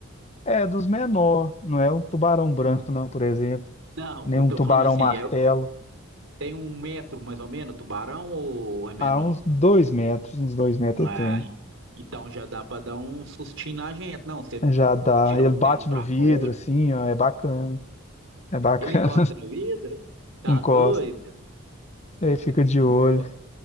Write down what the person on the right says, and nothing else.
Não,
eu
tô
falando assim,
é- tem um metro mais ou menos, tubarão ou é menor?
Não
é?
Então já dá pra dar um sustinho na gente. Não, você
tirou
os dentes pra
fora,
ele encosta no vidro? Tá
doido?
Nó.